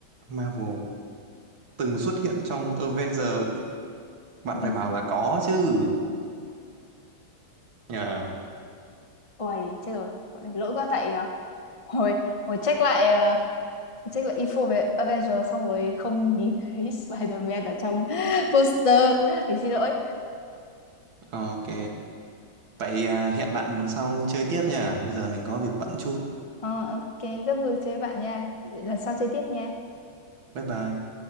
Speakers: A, on the right; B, on the left.
A: Marvel từng xuất hiện trong Avengers, bạn
B: Ben-
A: phải bảo là có chứ. Nhờ.
B: ôi chết rồi Quả này lỗi quá tại ờ, <laughs> hồi hồi check lại ờ, check lại info về Avengers xong rồi không nhìn thấy <laughs> Spider-Man ở trong poster mình xin lỗi
A: Ok. Vậy à, hẹn bạn lần sau chơi tiếp nha. Bây giờ mình có việc bận chút.
B: Ờ, ok rất vui chơi với bạn nha lần sau chơi tiếp nha
A: Bye bye.